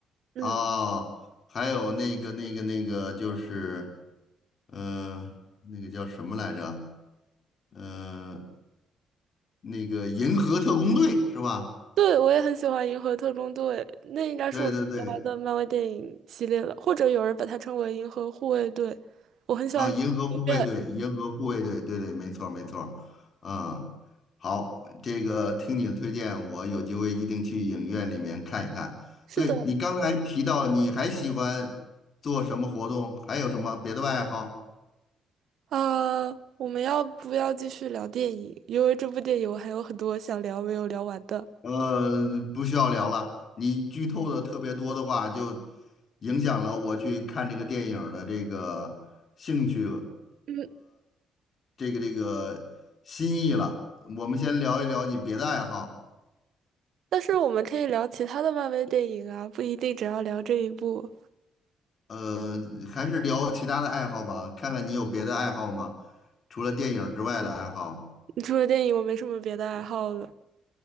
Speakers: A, on the right; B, on the left.
A: 嗯
B: 哦，还有那个那个那个就是，呃，那个叫什么来着？呃。那个银河特工队是吧？
A: 对，我也很喜欢《银河特工队》，那应该是我最喜欢的漫威电影系列了，
B: 对对对，
A: 或者有人把它称为《银河护卫队》。我很喜欢里面的音乐。
B: 啊，银河护卫队，银河护卫队，对对，没错儿没错儿，嗯，好，这个听你的推荐，我有机会一定去影院里面看一看。
A: 是的，
B: 对，你刚才提到你还喜欢做什么活动，还有什么别的爱好？
A: 啊，我们要不要继续聊电影？因为这部电影我还有很多想聊没有聊完的。
B: 呃，不需要聊了，你剧透的特别多的话，就影响了我去看这个电影儿的这个兴趣
A: 嗯，
B: 这个这个心意了。我们先聊一聊你别的爱好，
A: 但是我们可以聊其他的漫威电影啊，不一定只要聊这一部。
B: 呃，还是聊其他的爱好吧，看看你有别的爱好吗？除了电影之外的爱好
A: 除了电影，我没什么别的爱好了。